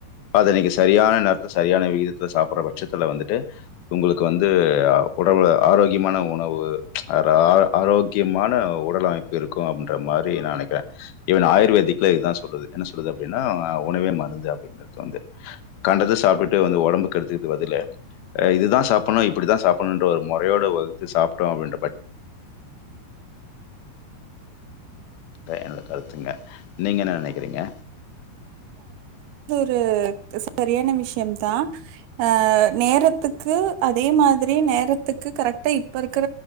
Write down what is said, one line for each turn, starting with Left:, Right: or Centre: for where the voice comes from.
Left: அத நீங்க செ சரியான நேரத்துல சரியான விகிதத்தில சாப்ட்ற பட்சத்துல வந்துட்டு உங்ளுக்கு வந்து உணவு ஆரோக்கியமான உணவு, ஆரா ஆரோக்கியமான உடலமைப்பு இருக்கூ அப்டின்ற மாத் ரி நா நெனெக்றே ஈவன் ஆயுர்வேதிக்ல இதுதா சொல்லுது என்ன சொ ல்லுது அப்டின்னா உணவே மருந்து அப்டிங்கிறது வந்து கண்டத சாப்டுட்டு வந்து ஒடம்பு கெடுத்துக்கது பதிலு அ இதுதா சாப்புட்ணு இப்டிதா சாப்புட்ணுன்ற ஒரு மொறையோட வகுத்து சாப்ட்டோ அப்டின்ற பட்ச் த என்னோட கருத் துங்க. நீங்க என்ன நெனைக்கிறீங்க?
Right: ரு சரியான விஷ்யம் தா. ஆ நேரத்துக்கு அதே மாத்ரி நேரத்துக்கு கரெக்ட்டா இப்பருக்ற